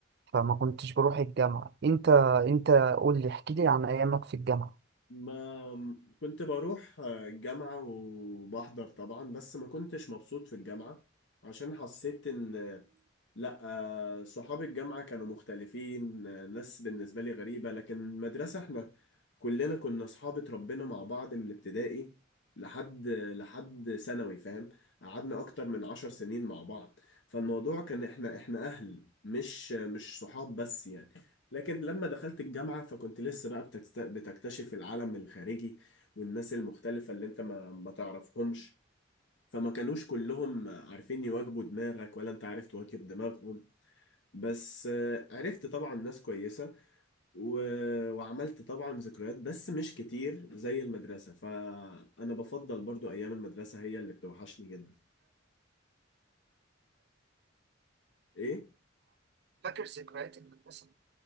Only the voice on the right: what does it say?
فما كنتش بروح الجامعة أنت أنت قول لي احكي لي عن أيامك في الجامعة
فاكر ذكريات المدرسة